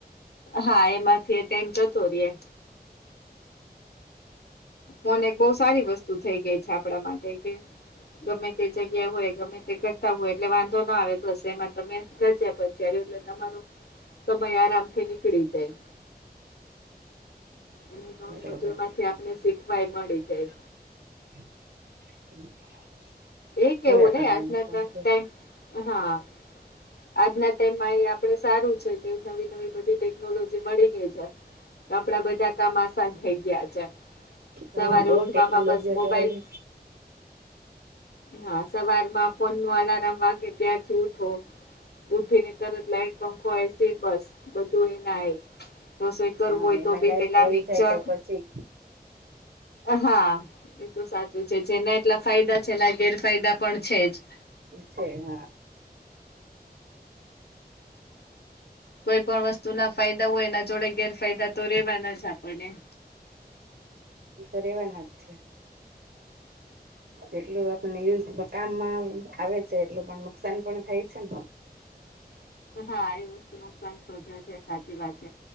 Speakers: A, on the left; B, on the right.
A: હા એમાંથી એ ટાઈમ જતો રેય. ફોન એક બહું સારી વસ્તુ થઈ ગઈ છે આપણા માટે કે ગમે તે જગ્યા હોય ગમે તે કરતા હોય એટલે વાંધો ના આવે બસ એમાં તમે રજ્યા પછી ચેલીયું એટલે તમારો સમય આરામથી નીકળી જાય. અને ઘણું
B: બરોબર
A: બધું એમાંથી આપને શીખવાય મળી જાય.
B: <inaudible>
A: એ કેવું
B: જોયા
A: ને
B: કરવાનું
A: આટલા ટાઈમ
B: ફોન તો
A: ટાઈમ હા. આજના ટાઈમમાં એ આપડે સારું છે કે નવી-નવી બધી ટેકનોલોજી મળી થઇ જાય તો આપણા બધા કામ આસાન થઇ ગયા છે. સવારે
B: હા બહુ
A: ઉઠવામાં
B: ટેકનોલોજી
A: બસ
B: અત્યારે
A: મોબાઈલ હા સવારમાં ફોનનું અલારમ વાગે, ત્યાંથી ઉઠો ઉઠી ને તરત લાઈટ, પંખો, એશી બસ બધું એ ના એ. રસોઈ કરવું
B: હા
A: હોય
B: એમાં
A: તો ભી
B: લાઈટ
A: પેલા
B: વહી
A: મિક્ચર
B: જાય તો પછી
A: હા એ તો સાચું છે જેના એટલા ફાયદા છે. એના ગેરફાયદા પણ છે જ.
B: છે હા.
A: કોઈ પણ વસ્તુના ફાયદા હોય એના જોડે ગેરફાયદા તો રેવાના જ આપણને.
B: તો રેવાના જ છે જેટલું વાર કોઈને યુઝ કામમાં આવે છે એટલું પણ નુકસાન પણ થાય છે ને.
A: હા એ વસ્તુ નુકસાન શોધે છે. સાચી વાત છે.